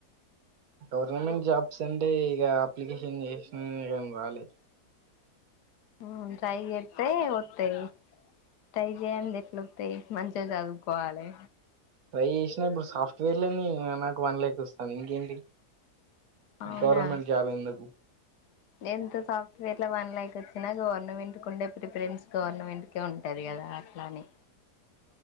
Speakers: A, on the right; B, on the left.
A: గవర్నమెంట్ జాబ్స్ అంటే ఇక అప్లికేషన్ చేసిన కాని రాలే.
B: మ్ ట్రై చేస్తే వత్తాయి. ట్రై చేయంది ఎట్ల వత్తయి మంచిగ చదువుకోవాలె.
A: ట్రై చేసిన ఇప్పుడు సాఫ్ట్వేర్లోనే నాకు వన్ లాక్ వస్థంది ఇంకేంటి.
B: అవునా
A: గవర్నమెంట్ జాబ్ ఎందుకు
B: ఎంత సాఫ్ట్ సాఫ్ట్వేర్ల వన్ ల్యాక్ వచ్చినా గవర్నమెంట్. కుండే ప్రిఫెరెన్సు గవర్నమెంట్కే ఉంటది కదా అట్లాని.